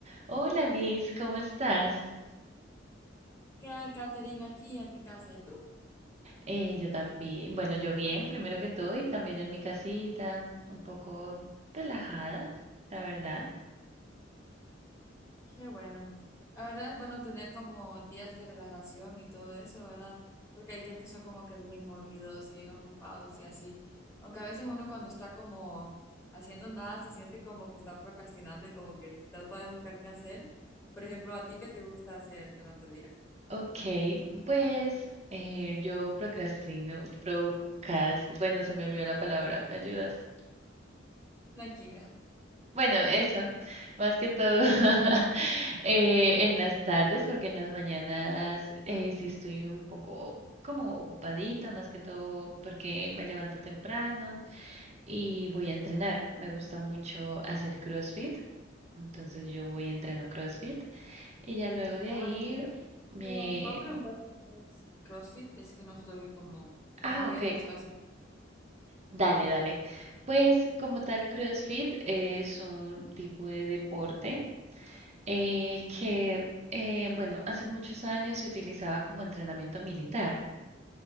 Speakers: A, on the right (about 35°); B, on the left (about 15°).
A: Hola Liz, ¿cómo estás?
B: que hay catering aquí en mi casa. ¿Y tú?
A: Eh, yo también, bueno, yo bien, primero que todo, y también en mi casita, un poco relajada, la verdad.
B: Qué bueno. La verdad es bueno tener como días de relajación y todo eso, ¿verdad? Porque hay días que son como que bien movidos y bien ocupados y así. Aunque a veces uno cuando está como haciendo nada se siente como que está procrastinando y como que trata de buscar qué hacer. Por ejemplo, ¿a ti qué te gusta hacer durante el día?
A: Ok, pues eh, yo procrastino, procras, bueno, se me olvidó la palabra, ¿me ayudas?
B: Tranquila.
A: Bueno, eso, más que todo <laughs> eh, en las tardes, porque en las mañanas eh, sí estoy un poco como ocupadita, más que todo porque me levanto temprano. y voy a entrenar. Me gusta mucho hacer CrossFit, entonces yo voy y entreno CrossFit y ya luego de
B: Ah,
A: ahí
B: entiendo.
A: me...
B: pero puedo preguntarte qué es CrossFit, es que no estoy como, no
A: Ah,
B: había
A: ok,
B: escuchado esa.
A: dale, dale. Pues como tal, CrossFit es un tipo de deporte eh, que, eh, bueno, hace muchos años se utilizaba como entrenamiento militar.